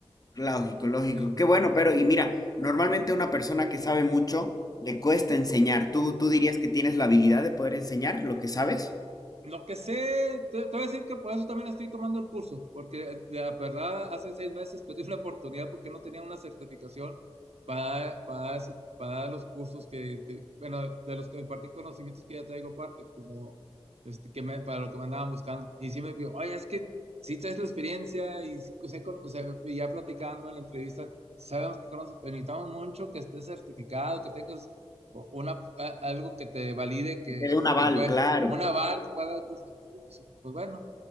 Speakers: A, on the left; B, on the right.
A: lógico, lógico.
B: Sí.
A: Qué bueno, pero y mira, normalmente una persona que sabe mucho le cuesta enseñar. ¿Tú, tú dirías que tienes la habilidad de poder enseñar lo que sabes?
B: <clears throat> Lo que sé, te, te voy a decir que por eso también estoy tomando el curso, porque la verdad hace seis meses perdí una oportunidad porque no tenía una certificación para, para, ese- para dar los cursos que, que- bueno, de los que impartí conocimientos que ya traigo aparte, como este, que me, para lo que me andaban buscando. Y sí me pidió, oye, es que sí traes la experiencia y sí, sé con- o sea, y ya platicando en la entrevista, sabemos que conoces, pero necesitamos mucho que estés certificado, que tengas o una, a- algo que te valide que,
A: Te dé un aval,
B: que puedes,
A: claro,
B: un aval que pueda dar curso. Y pues pues bueno.